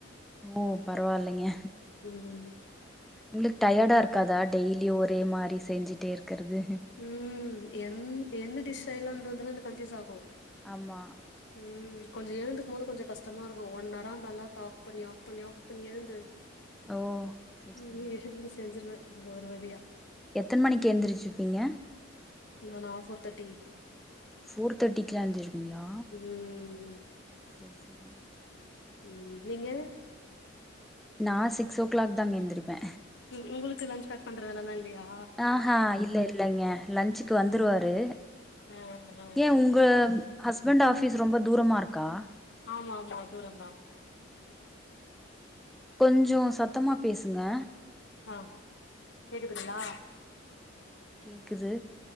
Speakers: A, in the centre; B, on the left.
A: ஓ பரவால்லைங்க
B: ம் ம்
A: உங்களுக்கு டயர்டா இருக்காதா டெய்லியு ஒரே மாரி செஞ்சிட்டே இருக்கறது
B: ம் என் என்ன டிஷ் செய்லான்றதுல எனக்கு கன்ஃபீயூஸ் ஆகு
A: ஆமா
B: ம் கொஞ்சோ எழுந்துக்கும் போது கொஞ்சோ கஷ்டமா இருக்கு ஒன் ஹராம் அலாரத்த ஆஃப் பண்ணி ஆஃப் பண்ணி ஆஃப் பண்ணி எழுந்து
A: ஓ சேரி
B: ம்
A: சேரி
B: இஷக்குள்ள செஞ்சிருவே ஒரு வழியா
A: எத்தன் மணிக்கு எந்திரிச்சுருப்பீங்க
B: நானா ஃபோர் தேர்ட்டி
A: ஃபோர் தேர்ட்டிக்கெல்லா எந்ரிசிப்பீங்களா
B: ம்
A: செரி செரிங்க
B: ம் நீங்க
A: நா சிக்ஸ் ஓ க்ளாக் தாங்க எந்திரிப்பே
B: ம் உங்களுக்கு லன்ச் பேக் பண்ற வேலல்லா இல்லையா
A: அஹா இல்ல இல்லைங்க லன்ச்சுக்கு வந்துருவாரு
B: ஆ ஆ
A: ஏ உங்க ஹஸ்பண்டு ஆஃபிஸு ரொம்ப தூரமாருக்கா?
B: ஆமா ஆமா தூரந்தா.
A: கொஞ்சோ சத்தமா பேசுங்க.
B: அ கேக்குதுங்ளா?
A: கேக்குது.